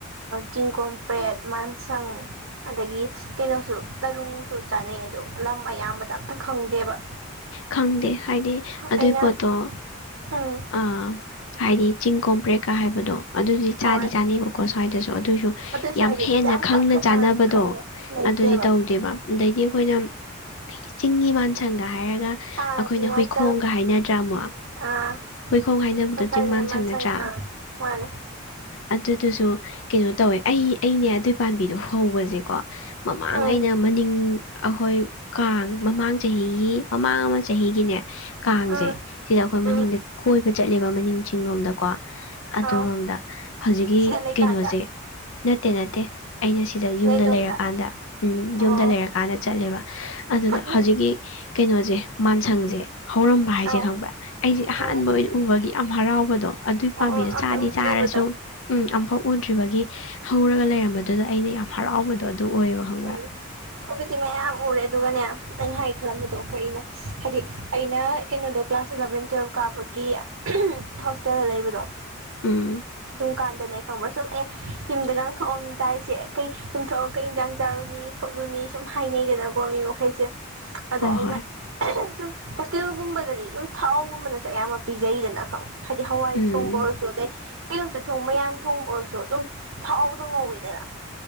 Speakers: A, on the right; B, on the left.
A: ꯆꯤꯡꯒꯣꯝ ꯄ꯭ꯔꯦꯠ ꯃꯥꯟꯁꯪ ꯑꯗꯒꯤ ꯀꯩꯅꯣꯁꯨ ꯇꯔꯨꯡꯁꯨ ꯆꯥꯅꯩ ꯑꯗꯣ ꯂꯝ ꯑꯌꯥꯝꯕꯗ ꯑꯝꯇ ꯈꯪꯗꯦꯕ
B: ꯈꯪꯗꯦ ꯍꯥꯏꯗꯤ ꯑꯗꯨꯏ
A: ꯑꯩꯅ
B: ꯄꯣꯠꯇꯣ
A: ꯎꯝ
B: ꯑꯥ ꯍꯥꯏꯗꯤ ꯆꯤꯡ ꯀꯣꯝꯄ꯭ꯔꯦꯀ ꯍꯥꯏꯕꯗꯣ ꯑꯗꯨꯗꯤ ꯆꯥꯗꯤ
A: ꯍꯣꯏ
B: ꯆꯥꯅꯦꯕꯀꯣ ꯁ꯭ꯋꯥꯏꯗꯁꯨ ꯑꯗꯨꯑꯣꯏꯁꯨ
A: ꯑꯗꯨꯏꯁꯨ
B: ꯌꯥꯝ
A: ꯍꯥꯏꯗꯤ
B: ꯍꯦꯟꯅ ꯈꯪꯅ
A: ꯄꯥꯛ
B: ꯆꯥꯅꯕꯗꯣ
A: ꯈꯪꯕ ꯂꯩꯇꯦꯕ
B: ꯑꯗꯨꯗꯤ ꯇꯧꯗꯦꯕ ꯑꯗꯩꯗꯤ ꯑꯩꯈꯣꯏꯅ ꯆꯤꯡꯒꯤ ꯃꯥꯟꯁꯪꯒ ꯍꯥꯏꯔꯒ
A: ꯑꯥ
B: ꯑꯩꯈꯣꯏꯅ
A: ꯆꯤꯡꯃꯥꯟꯁꯥꯡ
B: ꯍꯨꯏꯈꯣꯡꯒ ꯍꯥꯏꯅꯗ꯭ꯔꯥ ꯑꯃꯨꯛ
A: ꯑꯥ
B: ꯍꯨꯏꯈꯣꯡ ꯍꯥꯏꯅꯕꯗ
A: ꯀꯣꯏꯈꯥꯏꯗꯅ
B: ꯆꯤꯡꯃꯥꯟ ꯁꯪ
A: ꯃꯥꯟꯁꯪ
B: ꯅꯗ꯭ꯔꯥ
A: ꯑꯥ ꯃꯥꯅꯦ
B: ꯑꯗꯨꯗꯨꯁꯨ ꯀꯩꯅꯣ ꯇꯧꯋꯦ ꯑꯩ ꯑꯩꯅꯦ ꯑꯗꯨꯏ ꯄꯥꯝꯕꯤꯗꯣ ꯍꯧꯕꯁꯦꯀꯣ ꯃꯃꯥꯡ
A: ꯎꯝ
B: ꯑꯩꯅ ꯃꯅꯤꯡ ꯑꯩꯈꯣꯏ ꯀꯥꯡ ꯃꯃꯥꯡ ꯆꯍꯤꯒꯤ ꯃꯃꯥꯡ ꯑꯃ ꯆꯍꯤꯒꯤꯅꯦ ꯀꯥꯡꯁꯦ
A: ꯎꯝ
B: ꯁꯤꯗ ꯑꯩꯈꯣꯏ ꯃꯅꯤꯡꯗ
A: ꯎꯝ
B: ꯆꯠ ꯀꯣꯏꯕ ꯆꯠꯂꯦꯕ ꯃꯅꯤꯡ ꯆꯤꯂꯣꯝꯗꯀꯣ ꯑꯗꯨꯔꯣꯝꯗ
A: ꯑꯥꯎ
B: ꯍꯧꯖꯤꯛꯀꯤ
A: ꯁꯤꯗ ꯂꯩꯀꯥꯟꯗ
B: ꯀꯩꯅꯣꯁꯦ ꯅꯠꯇꯦ ꯅꯠꯇꯦ ꯑꯩꯅ ꯁꯤꯗ ꯌꯨꯝꯗ
A: ꯅꯣꯏ ꯑꯗꯣꯝꯗ
B: ꯂꯩꯔꯀꯥꯟꯗ ꯎꯝ ꯌꯨꯝꯗ
A: ꯑꯣ
B: ꯂꯩꯔꯀꯥꯟꯗ ꯆꯠꯂꯦꯕ ꯑꯗꯨꯗ
A: ꯎꯝ
B: ꯍꯧꯖꯤꯛꯀꯤ ꯀꯩꯅꯣꯁꯦ ꯃꯥꯟꯁꯪꯁꯦ ꯍꯧꯔꯝꯕ ꯍꯥꯏꯁꯦ
A: ꯑꯥꯎ
B: ꯈꯪꯕ꯭ꯔꯥ ꯑꯩꯁꯦ ꯑꯍꯥꯟꯕ
A: ꯎꯝ
B: ꯑꯣꯏꯅ ꯎꯕꯒꯤ ꯌꯥꯝ ꯍꯔꯥꯎꯕꯗꯣ ꯑꯗꯨꯏ
A: ꯑꯣ
B: ꯄꯥꯝꯕꯤꯗꯨꯣ
A: ꯑꯣ ꯑꯝꯇ
B: ꯆꯥꯗꯤ
A: ꯎꯗ꯭ꯔꯤꯕꯗꯣ
B: ꯆꯥꯔꯁꯨ ꯎꯝ ꯑꯝꯐꯥꯎ ꯎꯗ꯭ꯔꯤꯕꯒꯤ ꯍꯧꯔꯒ ꯂꯩꯔꯝꯕꯗꯨꯗ ꯑꯩꯅ ꯌꯥꯝ ꯍꯔꯥꯎꯕꯗꯣ ꯑꯗꯨ ꯑꯣꯏꯌꯦꯕ ꯈꯪꯕ꯭ꯔꯥ
A: ꯎꯝ ꯑꯩꯈꯣꯏꯕꯨꯗꯤ ꯃꯌꯥꯝ ꯎꯔꯦ ꯑꯗꯨꯒꯅꯦ ꯅꯩꯅ ꯍꯥꯏ ꯈꯜꯂꯝꯕꯗꯣ ꯀꯔꯤꯅꯣ ꯍꯥꯏꯗꯤ ꯑꯩꯅ ꯀꯩꯅꯣꯗꯣ ꯀ꯭ꯂꯥꯁ ꯑꯦꯂꯚꯦꯟ ꯇꯨꯋꯦꯜꯕ ꯀꯥꯕꯒꯤ ꯍꯣꯁꯇꯦꯜꯗ ꯂꯩꯕꯗꯣ
B: ꯎꯝ
A: ꯗꯨꯀꯥꯟꯗꯅꯦ ꯈꯪꯕ꯭ꯔꯥ ꯁꯨꯝ ꯑꯦ ꯌꯨꯝꯗꯒ ꯊꯣꯛꯑꯝꯗꯥꯏꯁꯦ ꯀꯩ ꯌꯨꯝꯊꯑꯒ ꯀꯩ ꯏꯟꯥꯡ ꯆꯥꯔꯨꯅꯤ ꯈꯣꯠꯂꯨꯅꯤ ꯁꯨꯝ ꯍꯥꯏꯅꯩꯗꯅꯀꯣ ꯃꯤ ꯃꯈꯩꯁꯦ ꯑꯗ
B: ꯍꯣꯏ
A: ꯑꯩꯅ
B: ꯍꯣꯏ
A: ꯁꯨꯝ ꯍꯣꯁꯇꯦꯜꯒꯨꯝꯕꯗꯗꯤ ꯑꯗꯨꯝ ꯊꯥꯎꯒꯨꯝꯕꯅꯁꯨ ꯑꯌꯥꯝꯕ ꯄꯤꯖꯩꯗꯅ ꯈꯪꯉ ꯍꯥꯏꯗꯤ ꯍꯋꯥꯏ
B: ꯎꯝ
A: ꯁꯣꯝꯕꯔꯁꯨ ꯑꯗ ꯀꯩꯅꯣꯝꯇ ꯊꯣꯡ ꯃꯌꯥꯟ ꯊꯣꯡꯕ ꯑꯣꯏꯔꯁꯨ ꯑꯗꯨꯝ ꯊꯥꯎꯗꯣ ꯉꯧꯋꯦꯗꯅ